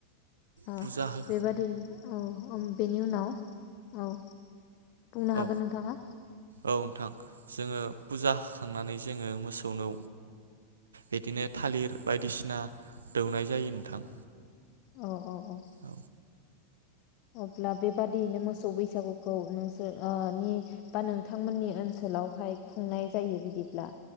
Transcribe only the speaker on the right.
फुजा हो
औ
औ नोंथां जोङो फुजा होखांनानै जोङो मोसौनो बिदिनो थालिर बायदिसिना दौनाय जायो नोंथां
औ